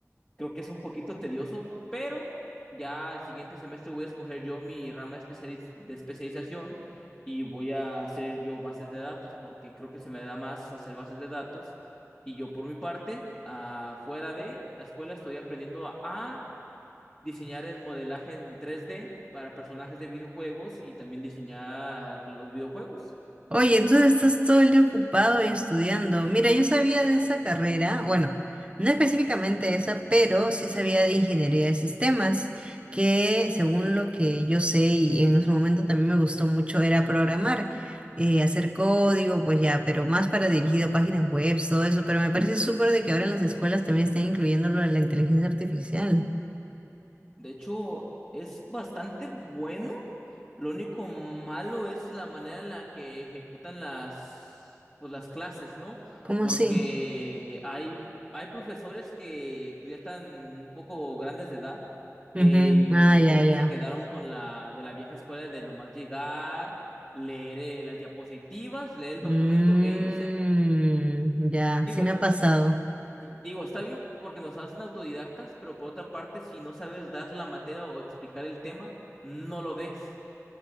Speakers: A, on the left; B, on the right.
A: creo que es un poquito tedioso, pero ya el siguiente semestre voy a escoger yo mi rama de, especializ- de especialización y voy a hacer yo bases de datos, porque creo que se me da más hacer bases de datos. Y yo por mi parte, afuera de la escuela, estoy aprendiendo a, a diseñar el modelaje en tres d para personajes de videojuegos y también diseñar los videojuegos.
B: Oye, tú estás todo el día ocupado y estudiando. Mira, yo sabía de esa carrera, bueno, no específicamente esa, pero sí sabía de ingeniería de sistemas, que según lo que yo sé y en su momento también me gustó mucho era programar, eh, hacer código, pues ya, pero más para dirigido a páginas web, todo eso, pero me parece súper de que ahora en las escuelas también estén incluyendo lo de la inteligencia artificial.
A: De hecho, es bastante bueno Lo único malo es la manera en la que ejecutan las, pues, las clases, ¿no?
B: ¿Cómo
A: Porque
B: así?
A: hay, hay profesores que pues, ya están un poco grandes de edad
B: Ujú,
A: eh, y
B: Ah, ya,
A: creo que
B: ya.
A: se quedaron con la de la vieja escuela de nomás llegar, leer eh, las diapositivas, leer el
B: Mm,
A: documento e irse.
B: ya,
A: Digo,
B: sí me ha pasado.
A: di- digo, está bien porque nos hacen autodidactas, pero por otra parte, si no sabes dar la materia o explicar el tema, no lo des.